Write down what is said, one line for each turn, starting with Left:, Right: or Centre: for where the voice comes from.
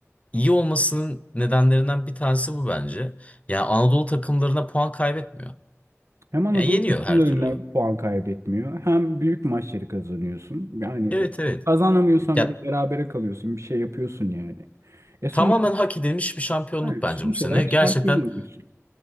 Left: iyi olmasının nedenlerinden bir tanesi bu bence. Yani Anadolu takımlarına puan kaybetmiyor.
Right: Hem Anadolu
Left: Yani yeniyor
Right: takımlarına
Left: her türlü.
Right: puan kaybetmiyor. Hem büyük maçları kazanıyorsun. Yani
Left: Evet evet.
Right: kazanamıyorsan
Left: Ya
Right: bile berabere kalıyorsun. Bir şey yapıyorsun yani. E sonuç,
Left: Tamamen hak edilmiş bir şampiyonluk
Right: yani
Left: bence
Right: sonuç
Left: bu sene.
Right: olarak
Left: Gerçekten
Right: şampiyon oluyorsun.